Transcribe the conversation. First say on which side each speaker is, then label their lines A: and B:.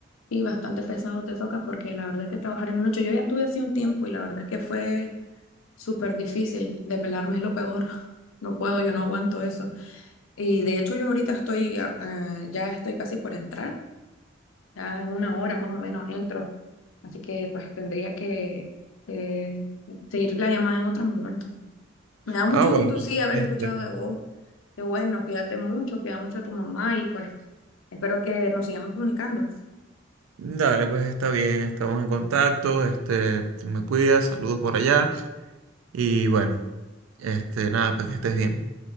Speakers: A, on the left; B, on the right.
A: y bastante pesado te toca porque la verdad es que trabajar en la noche, yo ya estuve así un tiempo y la verdad es que fue súper difícil. Depelarme es lo peor. No puedo, yo no aguanto eso. Y de hecho yo ahorita estoy, ah, ah, ya estoy casi por entrar. Ya en una hora más o menos entro. Así que pues tendría que eh, seguir la llamada en otro momento. Me da mucho
B: Ah, bueno.
A: gusto, sí, haber
B: Este,
A: escuchado de vos. Qué bueno, cuídate mucho, cuida mucho a tu mamá y pues espero que nos sigamos comunicando.
B: dale, pues está bien, estamos en contacto, este, te me cuidas, saludos por allá y bueno, este, nada, pues que estés bien.